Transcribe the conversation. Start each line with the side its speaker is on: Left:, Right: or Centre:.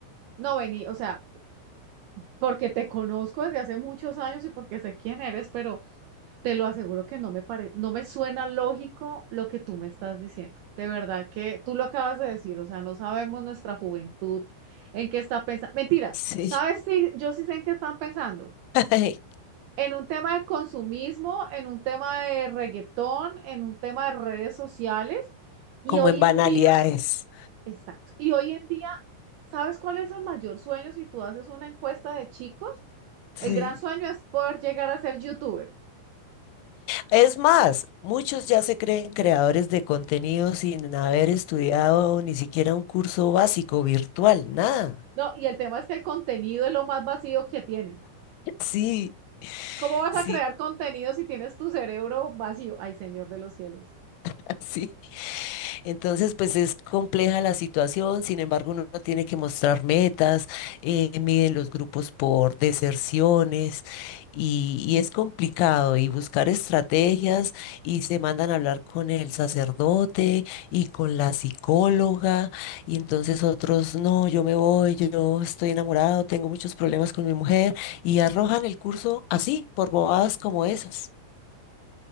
Right: no vení, o sea, porque te conozco desde hace muchos años y porque sé quién eres, pero te lo aseguro que no me pare, no me suena lógico lo que tú me estás diciendo. De verdad que tú lo acabas de decir, o sea, no sabemos nuestra juventud en qué está pensando. Mentiras,
Left: Sí,
Right: ¿sabes si yo sí sé en qué están pensando?
Left: <laughs>
Right: en un tema de consumismo, en un tema de reggaetón, en un tema de redes sociales. Y
Left: como
Right: hoy
Left: en banalidades.
Right: en día, exacto, y hoy en día, ¿sabes cuál es el mayor sueño si tú haces una encuesta de chicos?
Left: sí.
Right: El gran sueño es poder llegar a ser youtuber.
Left: Es más, muchos ya se creen creadores de contenido sin haber estudiado ni siquiera un curso básico virtual, nada.
Right: No, y el tema es que el contenido es lo más vacío que tienen.
Left: Sí,
Right: ¿Cómo vas
Left: sí,
Right: a crear contenido si tienes tu cerebro vacío? Ay, Señor de los cielos.
Left: <laughs> sí. Entonces, pues es compleja la situación, sin embargo, uno tiene que mostrar metas, eh, miden los grupos por deserciones y, y es complicado y buscar estrategias y se mandan a hablar con el sacerdote y con la psicóloga y entonces otros, no, yo me voy, yo estoy enamorado, tengo muchos problemas con mi mujer y arrojan el curso así, por bobadas como esas.